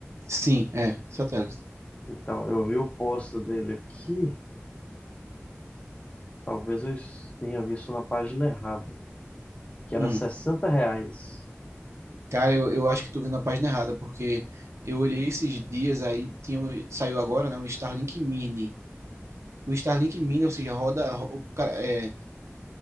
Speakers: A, on the right; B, on the left.
A: Sim, é, satélite.
B: Então, eu vi o post dele aqui, talvez eu es- tenha visto na página errada, que era
A: Hum.
B: 60 reais.
A: Cara, eu, eu acho que tu viu na página errada, porque eu olhei esses dias aí, tinha, um- saiu agora, né, o Starlink Mini. O Starlink Mini, ou seja, roda, ro- o cara- é,